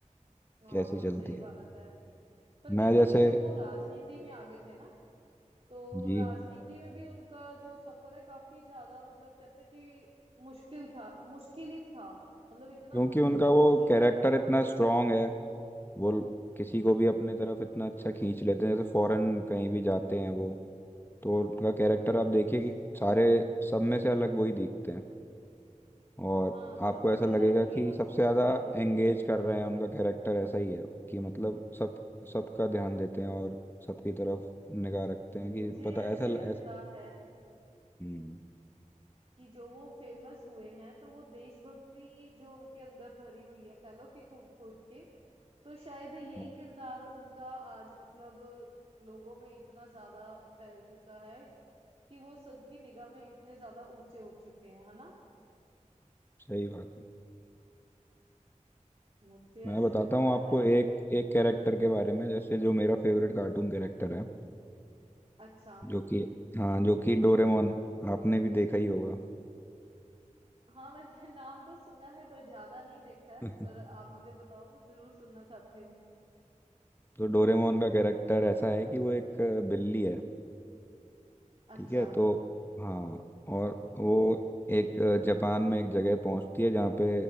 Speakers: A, on the right (about 45°); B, on the left (about 15°).
A: हाँ
B: कैसी चलती
A: सही बात
B: है
A: है पर
B: मैं
A: कहते
B: जैसे
A: हैं कि जब वो राजनीति में आगे थे ना तो
B: जी
A: राजनीति में भी उनका जो सफर है काफी ज्यादा मतलब कहते हैं कि मुश्किल था मुश्किल ही था मतलब इतना
B: क्योंकि
A: उनको
B: उनका
A: संघर्ष
B: वो
A: झेलना
B: कैरेक्टर
A: पड़ा
B: इतना स्ट्रांग है वो किसी को भी अपने तरफ इतना अच्छा खींच लेते हैं जैसे फॉरेन कहीं भी जाते हैं वो तो उनका कैरेक्टर आप
A: मुझे
B: देखिए कि सारे सब में से अलग वही दिखते हैं और
A: हाँ सब
B: आपको
A: में
B: ऐसा
A: से
B: लगेगा
A: अलग भी
B: कि
A: और सोच
B: सबसे ज़्यादा
A: में भी
B: एंगेज कर रहे हैं उनका कैरेक्टर ऐसा ही है कि मतलब सब सबका ध्यान देते हैं और सबकी तरफ निगाह रखते
A: मुझे
B: हैं कि पता
A: ऐसे
B: ऐसा ल-
A: लगता
B: ऐस-
A: है
B: हम्म
A: कि जो वो फेमस हुए हैं तो वो देशभक्ति जो उनके अंदर भरी हुई है कह लो कि कूट कूट के तो शायद यही
B: हाँ,
A: किरदार उनका आज मतलब लोगों में इतना ज्यादा फैल चुका है कि वो सबकी निगाह में इतने ज्यादा ऊंचे उठ चुके हैं है ना
B: सही बात है
A: मुझे
B: मैं
A: ऐसे
B: बताता
A: लगता
B: हूँ आपको
A: है
B: एक एक कैरेक्टर के बारे में जैसे जो मेरा फेवरेट कार्टून कैरेक्टर है
A: अच्छा
B: जो कि हाँ जो कि डोरेमोन आपने भी देखा ही होगा
A: हाँ मैंने नाम तो सुना है पर ज्यादा नहीं देखा है
B: <laughs>
A: पर आप मुझे बताओ मैं जरूर सुनना चाहती हूँ
B: तो डोरेमोन का कैरेक्टर ऐसा है कि वो एक अ, बिल्ली है
A: अच्छा
B: ठीक है तो हाँ और वो एक अ, जापान में एक जगह पहुंचती है जहाँ पे